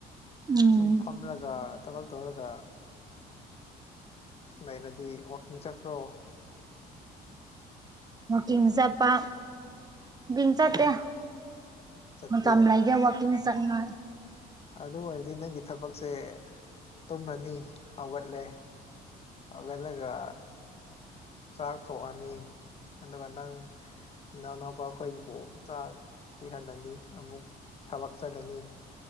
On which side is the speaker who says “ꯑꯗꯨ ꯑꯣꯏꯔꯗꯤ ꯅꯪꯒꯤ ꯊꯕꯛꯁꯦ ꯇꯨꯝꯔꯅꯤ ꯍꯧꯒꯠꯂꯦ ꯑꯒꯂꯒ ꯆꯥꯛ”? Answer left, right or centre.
Left